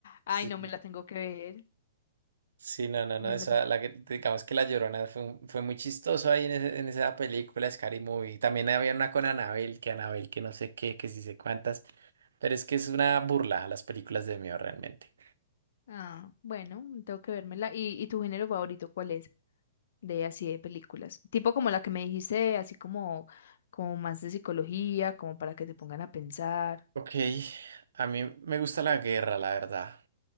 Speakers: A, on the left; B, on the right.
A: Ay,
B: sí,
A: no me la tengo que ver.
B: sí, no, no,
A: Me
B: no, esa,
A: la de
B: la, que- digamos que la Llorona fue, un- fue muy chistoso ahí en, ese- en esa película, Scary Movie. También había una con Anabel, que Anabel, que no sé qué, que sí sé cuántas, pero es que es una burla a las películas de miedo realmente.
A: Ah, bueno, tengo que vérmela. ¿Y, y tu género favorito cuál es? De así de películas. Tipo como la que me dijiste, así como, como más de psicología, como para que te pongan a pensar.
B: Ok, a mí me gusta la guerra, la verdad.